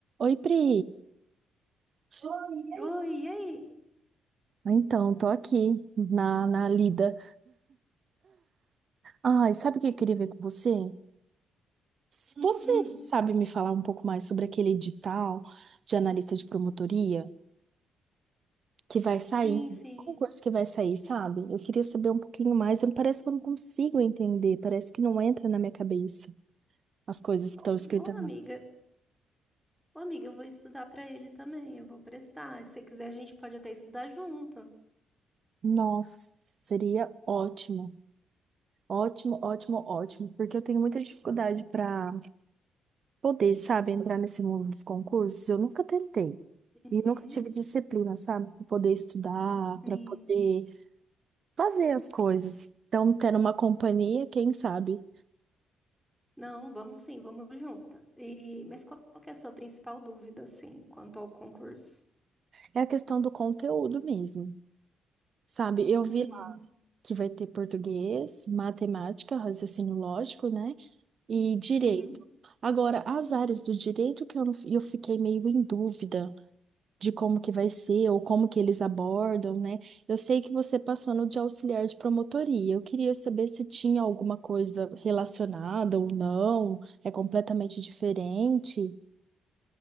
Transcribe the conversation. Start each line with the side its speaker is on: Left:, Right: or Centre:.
Right: Oi, Pri. Oi.
Centre: Oi, e aí?
Right: Então, tô aqui na, na lida. Ai, sabe o que eu queria ver com você? Se você
Centre: Hum,
Right: sabe me falar um pouco mais sobre aquele edital de analista de promotoria que vai sair,
Centre: sim, sim.
Right: esse concurso que vai sair, sabe? Eu queria saber um pouquinho mais, eu- parece que eu não consigo entender, parece que não entra na minha cabeça as coisas que estão escritas
Centre: Ô, amiga,
Right: lá.
Centre: ô, amiga, eu vou estudar pra ele também, eu vou prestar. Se você quiser, a gente pode até estudar junto.
Right: Nossa, seria ótimo. Ótimo, ótimo, ótimo, porque eu tenho muita dificuldade para poder, sabe, entrar nesse mundo dos concursos, eu nunca tentei.
Centre: Uhum,
Right: E nunca tive disciplina, sabe, para poder estudar,
Centre: sim.
Right: para poder fazer as coisas. Então, tendo uma companhia, quem sabe?
Centre: Não, vamos sim, vamos junta. E, mas qual que é a sua principal dúvida, assim, quanto ao concurso?
Right: É a questão do conteúdo mesmo, sabe? Eu vi
Centre: Uhum,
Right: lá que vai ter português, matemática, raciocínio lógico, né? E direito.
Centre: uhum.
Right: Agora, as áreas do direito que eu, não- eu fiquei meio em dúvida. de como que vai ser ou como que eles abordam, né? Eu sei que você passou no de auxiliar de promotoria. Eu queria saber se tinha alguma coisa relacionada ou não. É completamente diferente